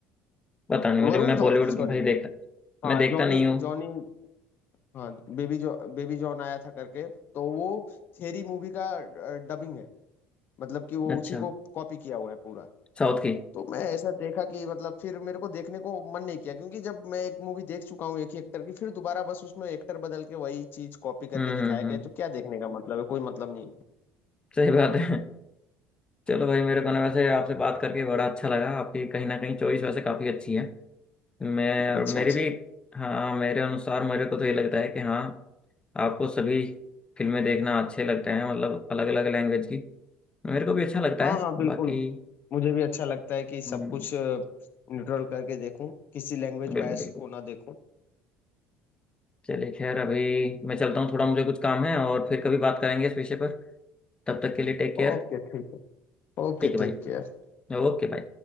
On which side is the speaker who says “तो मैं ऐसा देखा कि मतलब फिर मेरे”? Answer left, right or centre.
Left